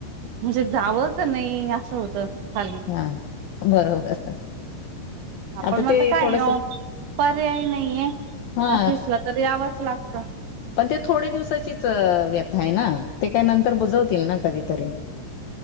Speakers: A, on the right (about 70°); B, on the left (about 70°).
A: म्हणजे जावं का नई असं होतं खाली.
B: हा बरोबर
A: आपण
B: आता
A: मग
B: ते
A: काय
B: थोडस
A: पर्याय नाहीये
B: हा
A: ऑफिसला तर यावंच लागतं.
B: पण ते थोडे दिवसाचीच व्यथा आय ना ते काय नंतर बुजवतील ना कधीतरी.